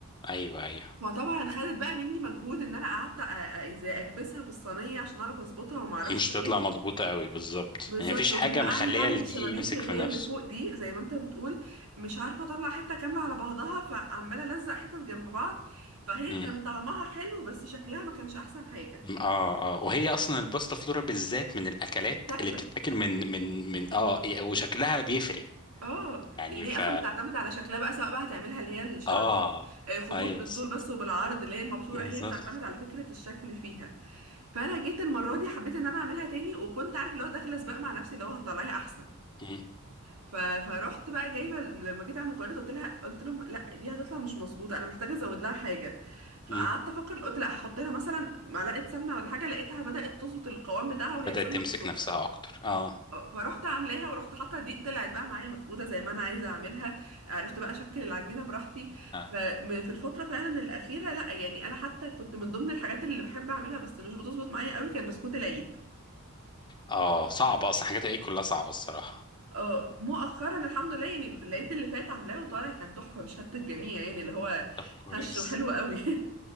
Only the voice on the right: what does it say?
فطبعا خدت بقى مني مجهود ان انا قعدت أ- أ- ازاي اكبسها في الصينية عشان اعرف اظبطها وما اعرفش
ايه
بالظبط
وجيت
بقى
عايزة اعمل
الشبابيك
اللي
هي
اللي فوق دي زي ما انت بتقول مش عارفة اطلع حتة كاملة على بعضها فعمالة الزق حتت جنب بعض فهي
كان طعمها حلو بس شكلها ما كانش احسن حاجة
شكلا
اه
يعني
هي اصلا بتعتمد على شكلها بقى سواء بقى هتعملها اللي هي الشبابيك
آه، خطوط
بالطول
بس وبالعرض اللي هي المبشوره
هي بتعتمد على فكره الشكل فيها فانا جيت المره دي حبيت ان انا اعملها تاني وكنت عارف اللي هو داخله سباق مع نفسي اللي هو هتطلعيها احسن
ف... فرحت بقى جايبه لما جيت على المكونات قلت لها قلت لهم لا دي هتطلع مش مظبوطه انا محتاجه ازود لها حاجه فقعدت
افكر قلت لا هحط لها مثلا معلقه سمنه ولا حاجه لقيتها بدات تظبط القوام بتاعها وهي
سمنه
بالسكر
اه، فروحت عاملاها ورحت حاطه دي طلعت بقى معايا مفروده زي ما انا عايزه اعملها عرفت بقى اشكل العجينه براحتي
ففي الفتره فعلا الاخيره لا يعني انا حتى كنت من ضمن الحاجات اللي بحب اعملها بس مش بتظبط معايا قوي كان بسكوت العيد
اه مؤخرا الحمد لله يعني العيد اللي فات عاملاه وطالع كان تحفه مش هت الجميع يعني اللي هو
هش وحلو قوي <laughs>